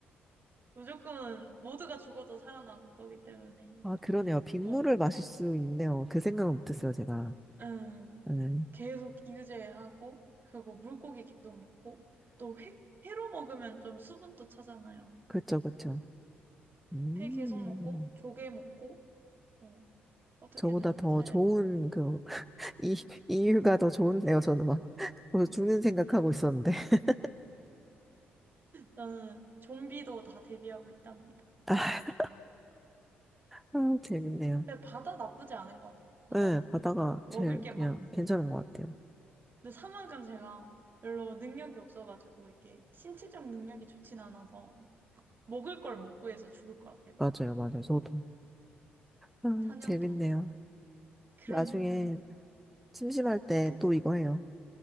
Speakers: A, on the right; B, in the centre.
A: 무조건 모두가 죽어도 살아남을 거기 때문에 이제
B: 아, 그러네요. 빗물을
A: 어,
B: 마실 수 있네요. 그 생각은 못했어요, 제가.
A: 음,
B: 네.
A: 계속 기우제하고 그리고 물고기 계속 먹고 또 회, 회로 먹으면 좀 수분도 차잖아요.
B: 그렇죠, 그렇죠. 음.
A: 회 계속 먹고 조개 먹고 어, 어떻게든
B: 저보다 더
A: 살
B: 좋은, 그, <laughs> 이, 이유가 더 좋은데요, 저는 막. <laughs> 벌써 죽는 생각하고 있었는데. <laughs>
A: 저는 좀비도 다 대비하고 있답니다.
B: 아, 아, 재밌네요.
A: 근데 바다 나쁘지 않은 것 같아요. 바다는
B: 네, 바다가
A: 먹을
B: 제일
A: 게
B: 그냥
A: 많고
B: 괜찮은 것 같아요.
A: 근데 사막은 제가 별로 능력이 없어가지고 이게 신체적 능력이 좋진 않아서 먹을 걸 못 구해서 죽을 것 같아요.
B: 맞아요, 맞아요. 저도. 아,
A: 사냥도
B: 재밌네요.
A: 못 하고. 그러니까요.
B: 나중에 심심할 때
A: 또,
B: 또 이거 해요.